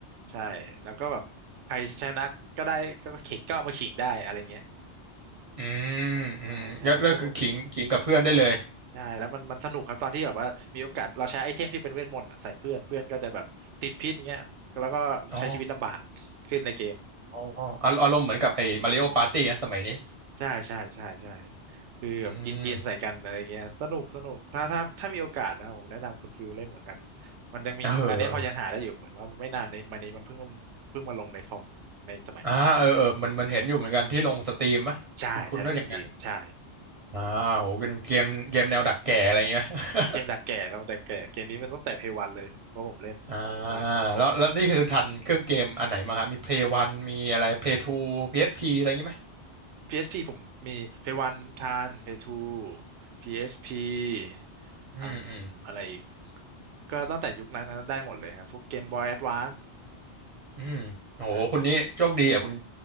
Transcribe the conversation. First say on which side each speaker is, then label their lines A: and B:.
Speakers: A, on the right; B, on the right.
A: ใช่แล้วก็แบบใครชนะก็ได้ก็เข่งก็เอามาขิงได้อะไรเงี้ย
B: อืมอืมก็เลือกคือขิงขิงกับเพื่อนได้เลย
A: ใช่ใช่สนุกใช่แล้วมันมันสนุกครับตอนที่แบบว่ามีโอกาสเราใช้ไอเทมที่เป็นเวทมนต์อะใส่เพื่อนเพื่อนก็จะแบบติดพิษอย่างเงี้ยแล้วก็ใช้ชีวิตลำบาก
B: อ๋อ
A: ขึ้นในเกม
B: อ๋ออารอารมณ์เหมือนกับไอ้มาริโอปาร์ตี้นะสมัยนี้
A: ใช่ใช่ใช่ใช่คือแบบกินกินใส่กันอะไรเงี้ยสนุกสนุกถ้าถ้าถ้ามีโอกาสนะผมแนะนำคุณฟิลเล่นเหมือนกัน
B: อืม
A: มันยังมีพออันเนี้ยพอยังหาได้อยู่เหมือนว่าไม่นานในมานี้มันเพิ่ง
B: เอออ
A: เพิ่งมาลงในคอมในสมัยใหม่
B: ่าเออเออมันมันเห็นอยู่เหมือนกันที่ลงสตรีมมะคุณคุณด้วยอยังไง
A: ใช่ใช่ลองสตรีมใช่
B: อ่าโหเป็นเกมเกมแนวดักแก่อะไรอย่างเงี้ยไหม
A: เกมดักแก่ครับดักแก่เกมนี้มันตั้งแต่เพย์วันเลยเพราะผมเล่นสนุกมาก
B: <laughs> อ่าแล้วแล้วนี่คือทันเครื่องเกมอันไหนมาครับมี Play วันมีอะไร Play 2 PSP อสพีอะไรอย่างงี้ไหม
A: PSP ผมมีเพย์วันทันเพย์ทู PSP อสพี
B: อืมอืม
A: อืมอะไรอีกก็ตั้งแต่ยุคนั้นนะได้หมดเลยครับพวกเกมบอยแอดวานซ์
B: อืมโห
A: ทันอยู่
B: คุณนี้โชคดีอ่ะคุณ